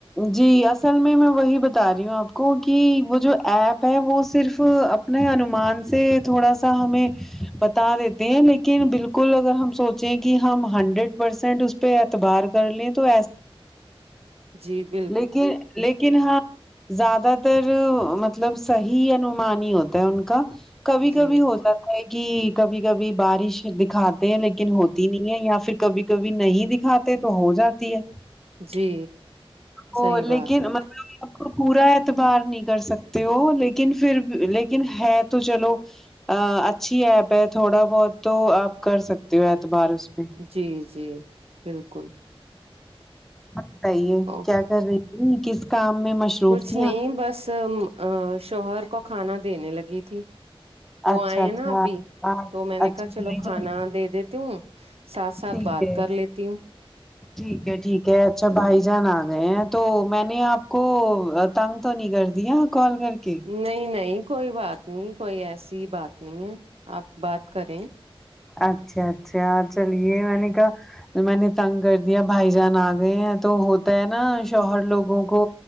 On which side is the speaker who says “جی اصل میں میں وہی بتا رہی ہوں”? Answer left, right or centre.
Centre